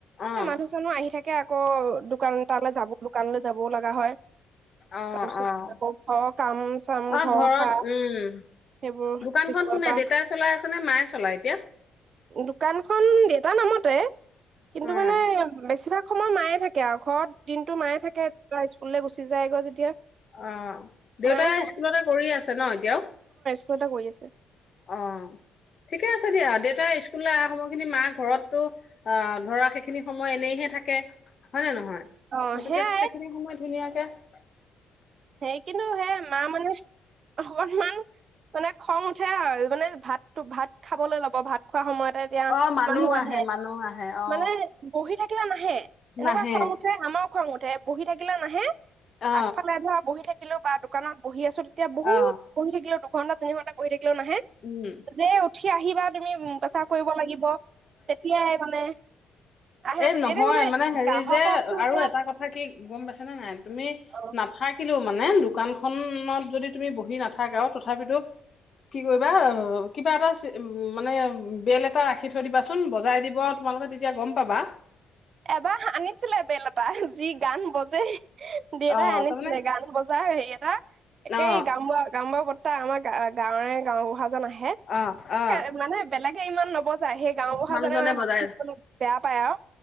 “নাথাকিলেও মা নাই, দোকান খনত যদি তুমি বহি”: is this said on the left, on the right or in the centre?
Left